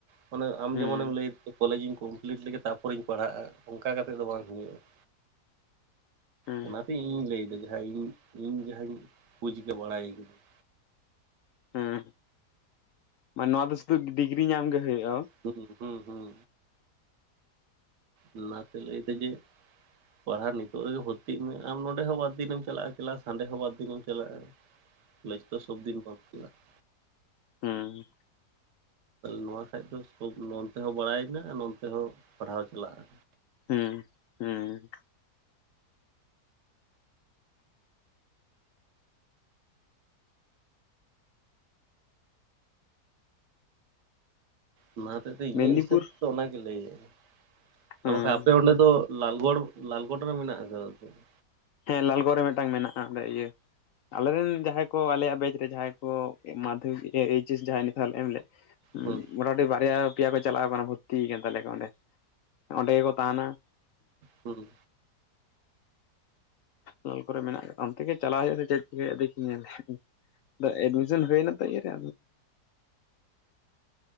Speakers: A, on the right; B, on the left.
A: ᱢᱟᱱᱮ ᱟᱢ
B: ᱦᱮᱸ
A: ᱡᱮᱢᱚᱱ ᱮᱢ ᱞᱟᱹᱭ ᱠᱚᱞᱮᱡ ᱤᱧ ᱠᱚᱢᱯᱞᱤᱴ ᱞᱮᱜᱮ ᱛᱟᱯᱚᱨᱮᱧ ᱯᱟᱲᱦᱟᱜᱼᱟ ᱚᱱᱠᱟ ᱠᱟᱛᱮᱫ ᱫᱚ ᱵᱟᱝ ᱦᱩᱭᱩᱜᱼᱟ ᱾
B: ᱦᱮᱸ
A: ᱚᱱᱟᱛᱮ ᱤᱧᱤᱧ ᱞᱟᱹᱭᱫᱟᱧ ᱡᱟᱦᱟᱸ ᱤᱧ ᱤᱧ ᱡᱟᱦᱟᱸᱧ ᱵᱩᱪ ᱠᱟᱜᱼᱟ ᱵᱟᱲᱟᱭ ᱠᱟᱹᱫᱟᱹᱧ
B: ᱦᱩᱸ ᱢᱟᱱᱮ ᱱᱚᱣᱟ ᱫᱚ ᱥᱩᱫᱩ ᱰᱤᱜᱽᱨᱤ ᱧᱟᱢ ᱜᱮ ᱦᱳᱭᱳᱜᱼᱟ ᱾
A: ᱦᱩᱸ ᱦᱩᱸ ᱦᱩᱸ ᱚᱱᱟ ᱛᱮ ᱞᱟᱹᱭᱫᱟ ᱡᱮ ᱯᱟᱲᱦᱟᱜ ᱱᱤᱛᱚᱜ ᱨᱮᱜᱮ ᱵᱷᱚᱨᱛᱤᱜ ᱢᱮ ᱟᱢ ᱱᱚᱰᱮ ᱦᱚᱸ ᱵᱟᱨ ᱫᱤᱱ ᱮᱢ ᱪᱟᱞᱟᱜᱼᱟ ᱠᱮᱞᱟᱥ ᱦᱟᱸᱱᱰᱮ ᱦᱚᱸ ᱵᱟᱨ ᱫᱤᱱ ᱮᱢ ᱪᱟᱞᱟᱜᱼᱟ
B: <inaudible>
A: ᱾ ᱠᱚᱞᱮᱡᱽ ᱫᱚ ᱥᱚᱵ ᱫᱤᱱ ᱵᱟᱢ ᱪᱟᱞᱟᱜᱼᱟ ᱾
B: ᱦᱩᱸ ᱾
A: ᱱᱚᱣᱟ ᱠᱷᱟᱡᱽ ᱫᱚ ᱱᱚᱱᱛᱮ ᱦᱚᱸ ᱵᱟᱲᱟᱭ ᱮᱱᱟ ᱟᱨ ᱱᱚᱱᱛᱮ ᱦᱚᱸ ᱯᱟᱲᱦᱟᱣ ᱪᱟᱞᱟᱜᱼᱟ ᱾
B: ᱦᱩᱸ ᱦᱩᱸ ᱾
A: ᱚᱱᱟ ᱦᱚᱛᱮᱡ ᱛᱮ ᱤᱧᱟᱹᱜ
B: ᱢᱮᱫᱽᱱᱤᱯᱩᱨ
A: ᱦᱤᱥᱟᱹᱵ ᱛᱮ ᱚᱱᱟᱜᱮ ᱞᱟᱹᱭᱟᱹᱧ
B: ᱦᱮᱸ
A: ᱟᱨ ᱵᱟᱠᱷᱟᱡ ᱟᱯᱮ ᱚᱸᱰᱮ ᱫᱚ ᱞᱟᱞᱜᱚᱲ ᱞᱟᱞᱜᱚᱲ ᱨᱮ ᱢᱮᱱᱟᱜ ᱟᱠᱟᱫᱟ ᱛᱚ ᱾
B: ᱦᱮᱸ ᱞᱟᱞᱜᱚᱲ ᱨᱮ ᱢᱤᱫᱴᱟᱝ ᱢᱮᱱᱟᱜᱼᱟ, ᱚᱸᱰᱮ ᱤᱭᱟᱹ ᱟᱞᱮᱨᱮᱱ ᱡᱟᱦᱟᱸᱭ ᱠᱚ ᱟᱞᱮᱭᱟᱜ ᱵᱮᱪ ᱨᱮ ᱡᱟᱦᱟᱸᱭ ᱠᱚ ᱢᱟᱫᱽᱫᱷᱚᱢᱤᱠ ᱮᱭᱤᱪᱮᱥ ᱡᱟᱦᱟᱸᱭ ᱱᱤᱛᱚᱜ ᱞᱮ ᱮᱢ ᱞᱮᱫ
A: ᱦᱩᱸ
B: <unintelligible> ᱚᱸᱰᱮ ᱵᱟᱨᱭᱟ ᱯᱮᱭᱟ ᱠᱚ ᱪᱟᱞᱟᱣ ᱠᱟᱱᱟ ᱵᱷᱚᱨᱛᱤ ᱟᱠᱟᱱ ᱛᱟᱞᱮᱭ ᱟᱠᱚ ᱚᱸᱰᱮ ᱚᱸᱰᱮ ᱜᱮᱠᱚ ᱛᱟᱦᱮᱱᱟ ᱾
A: ᱦᱩᱸ ᱾
B: ᱦᱳᱥᱴᱮᱞ ᱠᱚᱨᱮ ᱢᱮᱱᱟᱜ-ᱟ, ᱚᱱᱛᱮ ᱜᱮ ᱪᱟᱞᱟᱣ ᱦᱩᱭᱩᱜᱼᱟ ᱥᱮ ᱪᱮᱫ ᱪᱤᱠᱟᱹ ᱦᱩᱭᱩᱜᱼᱟ ᱫᱮᱠᱷᱤ ᱧᱮᱞ ᱟᱫᱚ ᱮᱰᱢᱤᱥᱚᱱ ᱦᱩᱭᱱᱟ ᱛᱚ ᱤᱭᱟᱹ ᱨᱮ